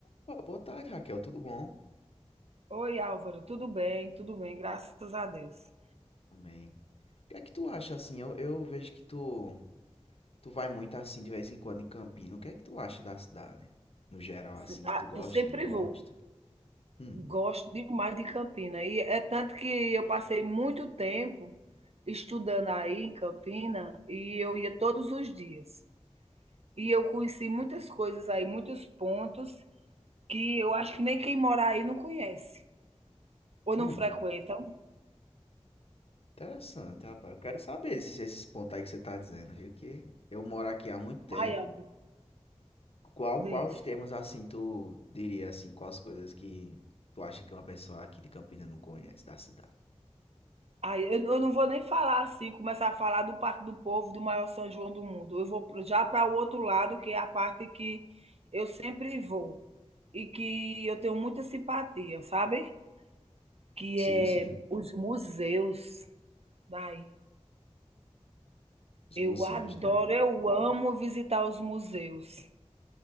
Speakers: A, on the left; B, on the right.
A: Pô, boa tarde, Raquel, tudo bom?
B: Oi, Álvaro, tudo bem? Tudo bem, graças a Deus.
A: Também. O que é que tu acha assim? Eu, eu vejo que tu, tu vai muito assim de vez em quando em Campina. O que é que tu acha da cidade? No geral,
B: Sim,
A: assim,
B: ah,
A: se tu gosta,
B: Eu sempre
A: não gosta?
B: vou.
A: Hum,
B: Gosto demais de Campina. E é tanto que eu passei muito tempo estudando aí em Campina e eu ia todos os dias. E eu conheci muitas coisas aí, muitos pontos que eu acho que nem quem mora aí não conhece ou não
A: hum,
B: frequentam.
A: interessante, rapaz. Eu quero saber esses, esses pontos aí que você tá dizendo, viu? Que eu moro aqui há muito tempo.
B: Ai, Álvaro,
A: Qual,
B: diz.
A: quais temas assim tu diria assim? Quais coisas que tu acha que uma pessoa aqui de Campina não conhece da cidade?
B: Aí, eu, eu não vou nem falar assim, começar a falar do Parque do Povo, do maior São João do mundo. Eu vou pro- já para o outro lado, que é a parte que eu sempre vou e que eu tenho muita simpatia, sabe? Que
A: Sim,
B: é
A: sim.
B: os museus. Ai,
A: Os
B: eu
A: museus,
B: adoro,
A: né?
B: eu amo visitar os museus.